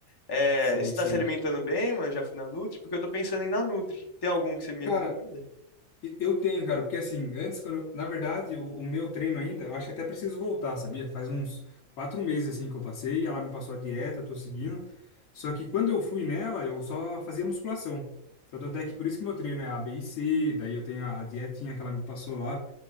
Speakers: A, on the left (about 25°); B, on the left (about 75°).
A: É,
B: sei,
A: você tá
B: sei.
A: se alimentando bem, mano? Já fui na Nutri? Porque eu tô pensando em ir na Nutri. Tem algum que você me
B: Cara,
A: recomenda?
B: E- Eu tenho, cara, porque assim, antes, quando eu- na verdade, o, o meu treino ainda, eu acho que até preciso voltar, sabia? Faz uns quatro meses assim que eu passei, ela me passou a dieta, eu tô seguindo. Só que quando eu fui nela, eu só fazia musculação. Então, tanto é que por isso que meu treino é A, B e C, daí eu tenho a, a dietinha que ela me passou lá.